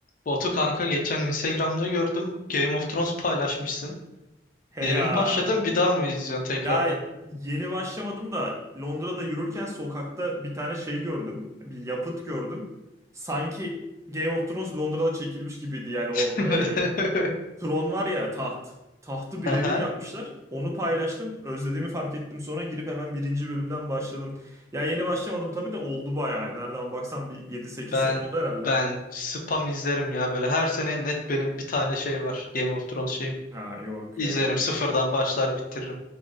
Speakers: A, on the left; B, on the right.
A: Batu kanka geçen Instagram'da gördüm. Game of Thrones paylaşmışsın.
B: He
A: Yeni
B: ya.
A: mi başladın bir daha mı izliyorsun tekrardan?
B: Ya yeni başlamadım da Londra'da yürürken sokakta bir tane şey gördüm. Bir yapıt gördüm. Sanki Game of Thrones Londra'da çekilmiş gibiydi. Yani o
A: <laughs>
B: e, tron var ya taht. Tahtı birebir
A: Aha,
B: yapmışlar. Onu paylaştım. Özlediğimi fark ettim. Sonra girip hemen birinci bölümden başladım. Ya yeni başlamadım tabii de oldu bayağı. Nereden baksan bir yedi sekiz
A: ben
B: sene oldu herhalde.
A: ben spam izlerim ya böyle her sene net benim bir tane şey var Game of Thrones şeyim.
B: Ha yok
A: İzlerim
B: ya.
A: sıfırdan başlar bitiririm.